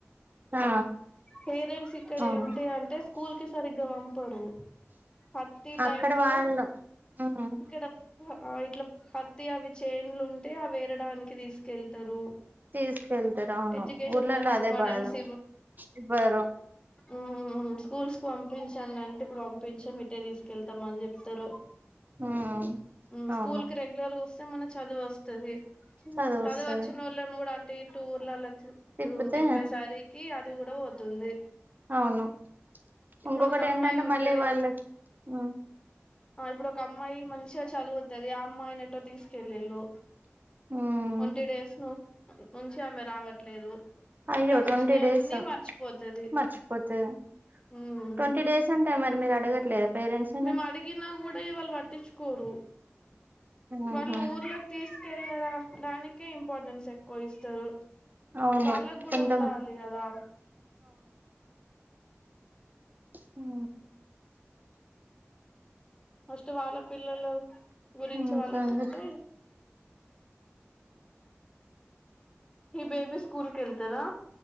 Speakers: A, on the right (about 40°); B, on the left (about 20°).
A: ఆ
B: పేరెంట్స్ ఇక్కడ
A: అవును
B: ఇంటి అడ్రెస్ స్కూల్కి సరిగ్గా పం టడు పత్తి టై
A: అక్కడ వాళ్ళు
B: లో
A: ఉమ్
B: ఇక్కడ ఇట్లా పత్తి అవి చైన్లు ఉంటే అవి వేరడానికి తీసుకెళ్తారు
A: తీసుకెళ్తారు అవును
B: ఎడ్యుకేషన్
A: ఊర్లలో
B: కి అంత
A: అదే
B: ఇంపార్టెన్స్
A: బాధ ఇ బైరో
B: హ్మ్ హ్మ్ స్కూల్స్ కి పంపించండి అంటే ఇప్పుడు పంపించాం ఇట్టే తీసుకెళ్తాం అని చెప్తారు.
A: ఉమ్
B: హ్మ్
A: అవును
B: స్కూల్ కి రెగ్యులర్గా వస్త్ చ్చ మనం చదువు వస్తుంది
A: చదువొస్తది
B: చదువు వచ్చిన వాళ్ళు ను కూడా టే టూర్లలో తు
A: తిప్పితే
B: నువ్ తిప్పే సారి ఈ అది కూడా పోతుంది
A: అవును
B: ఇప్పుడు
A: ఇంకొకటి
B: ఒక అమ్మాయి
A: ఏంటంటే
B: ఉంటది
A: మళ్ళీ వాళ్ళ హ్మ్
B: ఆ ఇప్పుడు ఒక అమ్మాయి మంచిగా చదువుతుంది ఆ అమ్మాయిని ఎటో తీసుకెళ్లిళ్లు
A: ఉమ్
B: అంటే డేస్ ను మంచి ఆమె రావట్లేదు
A: అయ్యో
B: ఇప్పుడు ఆమె
A: <unintelligible>
B: వచ్చినయన్నీ
A: టూ డేస్
B: మర్చిపోతది
A: మర్చిపోతుంది
B: ఉమ్
A: ట్ంటీ డేస్ అంటే మరి మీరు అడగట్లేదా పేరెంట్స్
B: మేము
A: ని
B: అడిగిన కూడ ఎవళ్ పట్టించుకోరు
A: ఆహా
B: వాళ్ళు ఊర్లోకి తీసుకెళ్లారా రాని కే ఇంపార్టెన్స్ ఎక్కువ ఇస్తారు
A: అవును
B: వాళ్ళకు కూడ
A: కొంతం
B: ఉండాలి కదా
A: హు
B: ఫస్ట్ వాళ్ళ పిల్లలు గురించి
A: ఇంకా
B: వాళ్ళకు
A: అండి
B: ఉంటే హి బేబీ స్కూల్ కెల్ తదా